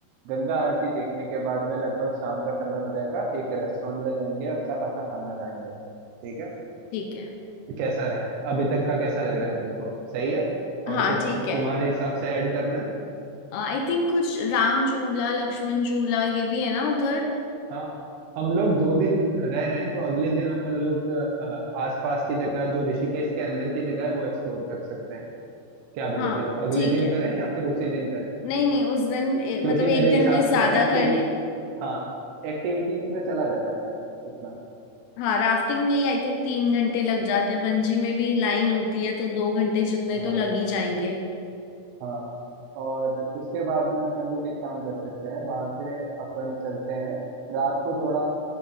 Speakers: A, on the right; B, on the left.
A: गंगा आरती देखने के बाद में लगभग शाम का समय हो जाएगा एक रेस्टोरेंट में जाएंगे अच्छा खासा खाना खाएंगे ठीक है
B: ठीक है
A: तो कैसा रहे अभी तक का कैसा लग रहा है तुमको सही है
B: हाँ
A: और कुछ
B: ठीक है
A: तुम्हारे हिसाब से ऐड करना है
B: आई थिंक कुछ राम झूला लक्ष्मण झूला ये भी है ना उधर
A: हाँ हम लोग दो दिन रह रहे हैं तो अगले दिन अपन लोग अ, आसपास की जगह जो ऋषिकेश के अंदर की जगह है वो एक्सप्लोर कर सकते हैं क्या बोलते
B: हाँ
A: हो अगले
B: ठीक
A: दिन
B: है
A: करें या फिर उसी दिन करें
B: नहीं नहीं उस दिन ए,
A: क्योंकि
B: मतलब
A: मेरे
B: एक दिन
A: हिसाब
B: में ज्यादा
A: से एक्टिव
B: करने
A: हाँ एक्टिविटीज में चला जाएगा टाइम इतना
B: हाँ राफ्टिंग में ही आई थिंक तीन घंटे लग जाते हैं बंजी में भी लाइन होती है तो दो घंटे जितने
A: हाँ
B: तो लग
A: हाँ
B: ही जाएंगे
A: हाँ और उसके बाद में अपन लोग एक काम कर सकते हैं वहां से अपन चलते हैं रात को थोड़ा